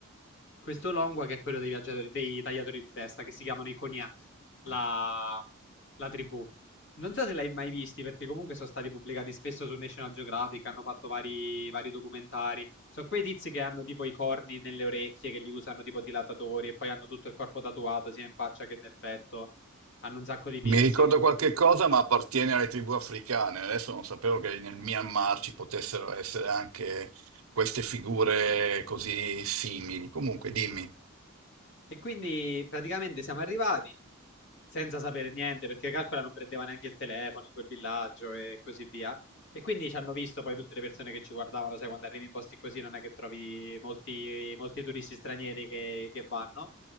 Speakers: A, on the left (about 55°); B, on the right (about 80°).
A: Questo longua che è quello dei, viaggiatori- dei tagliatori di testa, che si chiamano i Cognac, la, la tribù. Non so se l'hai mai visti, perché comunque sono stati pubblicati spesso su National Geographic, hanno fatto vari, vari documentari. Sono quei tizi che hanno tipo i corni nelle orecchie, che li usano tipo dilatatori, e poi hanno tutto il corpo tatuato, sia in faccia che nel petto. Hanno un sacco di piercing.
B: Mi ricordo qualche cosa, ma appartiene alle tribù africane. Adesso non sapevo che nel Myanmar ci potessero essere anche queste figure così simili. Comunque, dimmi,
A: E quindi praticamente siamo arrivati. senza sapere niente, perché calcola non prendeva neanche il telefono in quel villaggio e così via. E quindi ci hanno visto poi tutte le persone che ci guardavano, sai, quando arrivi in posti così non è che trovi molti, molti turisti stranieri che, che vanno.